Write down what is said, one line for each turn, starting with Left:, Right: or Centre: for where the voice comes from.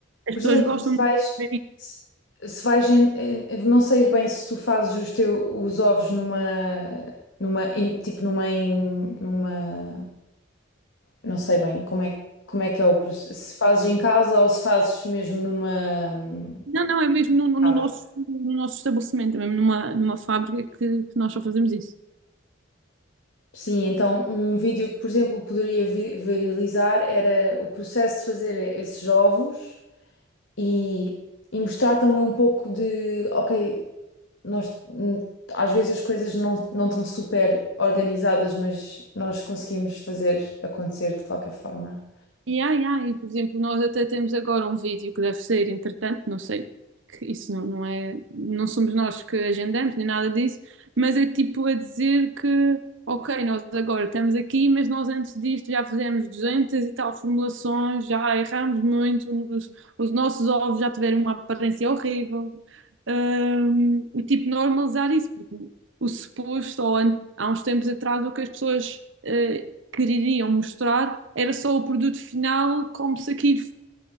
Right: as
Left: Por
Right: pessoas
Left: exemplo,
Right: gostam
Left: se
Right: de
Left: vais,
Right: ver isso.
Left: se, se vais em- em- eu não sei bem se tu fazes os teus os ovos numa numa em- tipo numa em- numa não sei bem como é como é que é o processo, se fazes em casa ou se fazes mesmo numa hum,
Right: Não, não, é mesmo no,
Left: fábrica.
Right: no nosso, no nosso estabelecimento, é mesmo numa, numa fábrica que, que nós só fazemos isso.
Left: Sim, então um vídeo que, por exemplo, poderia vi- viralizar era o processo de fazer esses ovos e, e mostrar também um pouco de, ok, nós hum, às vezes as coisas não, não estão super organizadas, mas nós conseguimos fazer acontecer de qualquer forma.
Right: E, ai, ai, por exemplo, nós até temos agora um vídeo que deve ser, entretanto, não sei, que isso não, não é, não somos nós que agendamos nem nada disso, mas é tipo a dizer que, ok, nós agora estamos aqui, mas nós antes disto já fizemos 200 e tal formulações, já erramos muito, os, os nossos ovos já tiveram uma aparência horrível. Hum, e tipo, normalizar isso, porque o suposto, ou an- há uns tempos atrás, o que as pessoas. eh, quereriam mostrar, era só o produto final, como se aquilo